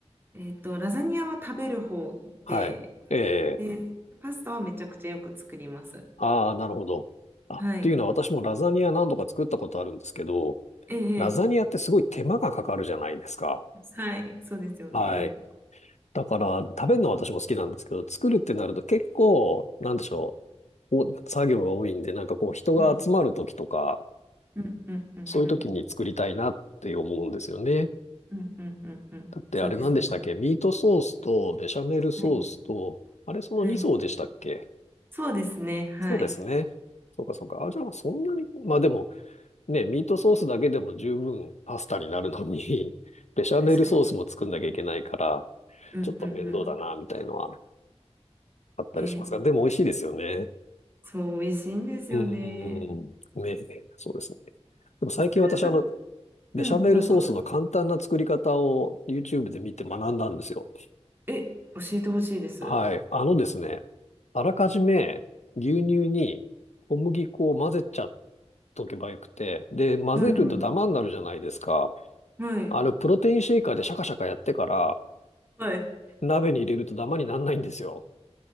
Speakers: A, on the right; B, on the left.
A: えっと、ラザニアは食べる方で、
B: はい。
A: で、
B: ええ
A: パスタはめちゃくちゃよく作ります。
B: ああなるほど。あ、
A: はい。
B: っていうのは私もラザニア何度か作ったことあるんですけど、
A: ええ、
B: ラザニアってすごい手間がかかるじゃないですか。
A: ええはい、そうですよね。
B: はい。だから、食べるのは私も好きなんですけど、作るってなると結構、なんでしょう。お、作業が多いんで、なんかこう人が集まる時とか、
A: うん、うん、うん、うん、
B: そういう時に作りたいなって思うんですよね。
A: うん、うん、うん、うんうんそうですね。
B: だってあれ何でしたっけミートソースとベシャメルソースと、
A: はい、
B: あれその2層でしたっけ
A: はい。そうですね、はい。
B: そうですね。そうかそうか。あ、じゃあそんなに、まあでもね、ミートソースだけでも十分パスタになるのに、<laughs> ベシャメルソースも作んなきゃいけないから、
A: 確かに。うん、
B: ちょっと面倒だな、
A: うん、
B: みたいのはあったりしますが、
A: うん。え
B: でも美味しいですよね。
A: そう、美味しいんですよね。
B: うーん。ね、そうですね。でも最近私あの、
A: 作ると、
B: ベシャメルソースの簡単な作り方を
A: うん、どうぞ、どうぞ。
B: YouTube で見て学んだんですよ。
A: え、教えてほしいです。
B: はい。あのですね、あらかじめ牛乳に小麦粉を混ぜちゃっとけばよくて、で、混ぜるとダマになるじゃないですか。
A: はい、はい。はい
B: あの、プロテインシェイカーでシャカシャカやってから、
A: はい。
B: 鍋に入れるとダマにならないんですよ。